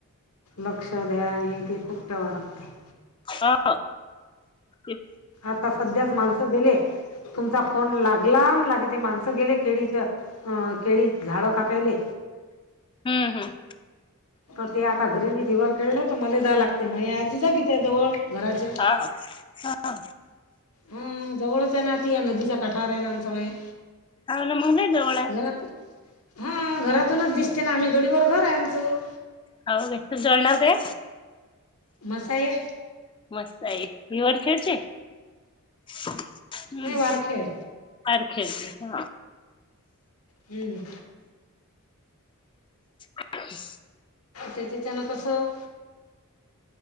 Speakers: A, on the left; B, on the left.
A: लक्ष द्या आणि हे ते खूप ठेवा लागते.
B: आ <inaudible>
A: आता सध्याच माणसं गेले तुमचा फोन लागला अन लागे ते माणस स गेले केळीच अ केळी झाड काप्याले.
B: हम्म हम्म.
A: तर ते आता घरी दिवर खेळले तर मला जाय लागते मयी आजी जागीच आहे जवळ. घराच्या
B: हां हां.
A: उम्म जवळच आहे ना ती या नदीचा कठार आहे ना आमच माहेर.
B: हाव ना मग लय जवळ आहे.
A: घरातून हां घरातूनच दिस ते ना आम्ही गडीवर घर आहे आमचं.
B: होव काय तुमचं आडनाव काय?
A: मस्ताय.
B: मस्ताई इवर खेड चे? हम्म
A: नाही वारखेळ
B: सारखेच हां.
A: हम्म.
B: <inaudible>
A: त्याच्याचानं कसं?